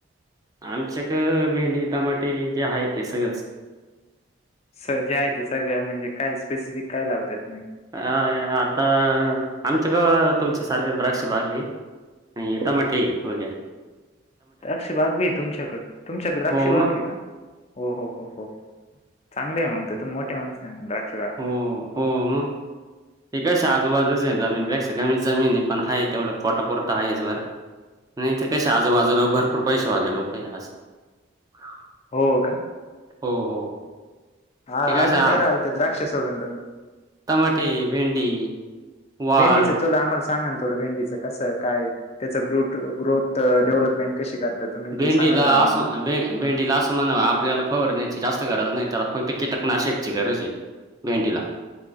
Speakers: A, on the right (about 20°); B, on the left (about 35°).
A: आमच्याक भेंडी, टमाटे जे आहे ते सगळंच.
B: सर जे आहे ते सगळं म्हणजे, काय स्पेसिफिक काय लावते तुम्ही?
A: आय-आता आमच्याकड तुमच्यासारखे द्राक्ष बाग ये. आणि टमाटे थोडक्यात
B: द्राक्ष बाग भी तुमच्याकडं, तुमच्याकडं द्राक्ष
A: हो
B: बाग
A: मग
B: आहे का? हो- हो -हो -हो- हो. चांगलेय आहे मग त तूम्ही मोठ्या माणसय द्राक्ष बाग आहे
A: हो
B: तर.
A: हो मग, ती कसाय आजूबाजूच आहे जमीनपेक्षा का मी जमीन आहे पण आहे तेवढं पोटापुरत आहेच बर नाही इथ कस आजूबाजूला भरपूर पैशेवाले लोकं हाय असं
B: हो का?
A: हो- हो.
B: हा
A: ते कशा
B: आजून काय लावल द्राक्ष सोडून तम्ही?
A: टमाटे, भिंडी, वाल.
B: भेंडीचं थोडं आम्हाला सांगा ना थोडं भेंडीचं कसं, काय त्याच ग्रोथ- ग्रोथ डेव्हलपमेंट कशी कर ता तुम्ही
A: भेंडीला
B: ते सांगा थोड आम्हा
A: असं भे- भेंडीला असं म्हणावा आपल्याला फिरण्याची जास्त गरज नाही, त्याला फक्त कीटकनाशकची गरजये. भेंडीला.